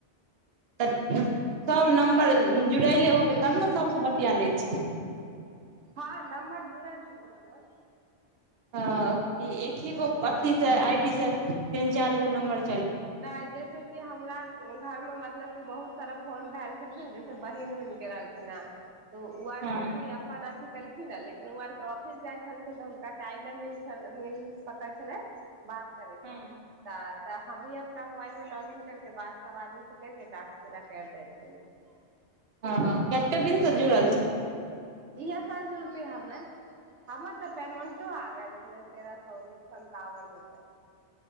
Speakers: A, on the right; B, on the right.
A: सब न नम्बर जुड़ैले होबे तब ने सबस बतिया ले <unintelligible>
B: हँ नम्बर जुड़ल छलै हमर
A: ह एक ही गो अथि से आइ डी से तीन चार गो नं्बर
B: नहि जैस कि हमरा घरमे मतलब बहुत तरह फोन भेल खिन जैसे बहिन बहिन के रहलखिन ह तो ओ आर
A: हँ
B: के भी अपन केलखिन लेकिन ओ आरके ऑफिस जाइ छलखिन तऽ हुनका टाइम नहि म मिल सकल छलै बात करके
A: हँ
B: त हमी अपना मोबाइलमे लॉग इिन करके बाद सब आदमीसँ करके टास्क पूरा करि दै छी
A: ह कतेक दिनसँ जुड़ रहल छियै
B: इहे साल जुड़ली हमे हमर तऽ पेमेंटो आ गेल छलै तेरह सए सतावन रुपआ